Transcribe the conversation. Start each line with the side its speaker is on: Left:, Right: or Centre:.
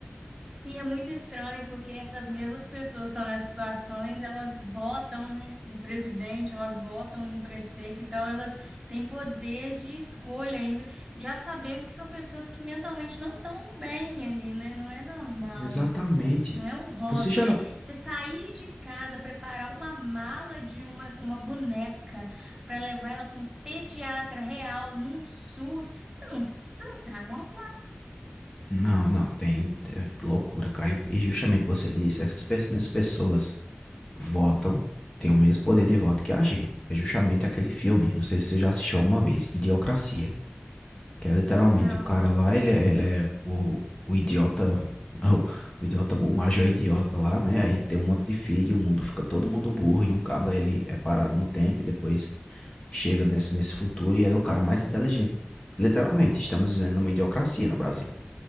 Right: E é muito estranho porque essas mesmas pessoas que estão nessas situações, elas votam, né, no presidente, elas votam no prefeito então elas têm poder de escolha ainda, já sabendo que são pessoas que mentalmente não estão bem ali, né? Não é normal
Left: Exatamente.
Right: isso. Não é um hobby,
Left: Você já.
Right: né?
Left: Não,
Right: Você sair de casa, preparar uma mala de uma, uma boneca para levar ela para um pediatra real, num SUS, você não, você não tá normal.
Left: não, não. tem é loucura, cara. E e justamente você disse, essas pe- mesmas pessoas votam, têm o mesmo poder de voto que a gente. É justamente aquele filme, não sei se você já assistiu alguma vez, Idiocracia. Que é literalmente
Right: Não.
Left: o cara lá, ele, é- ele é o, o idiota, <laughs> o, o idiota, o Major é idiota lá, né? Aí ele tem um monte de filho, o mundo fica todo mundo burro, e um caba ele é parado no tempo e depois chega nesse, nesse futuro e ele é o cara mais inteligente. Literalmente, estamos vivendo uma idiocracia no Brasil.